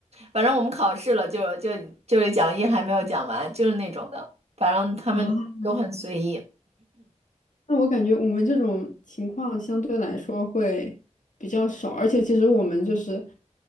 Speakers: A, on the right; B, on the left.
A: 反正我们考试了就就就是讲义还没有讲完，就是那种的，反正他们都很随意。
B: 啊，那我感觉我们这种情况相对来说会比较少，而且其实我们就是，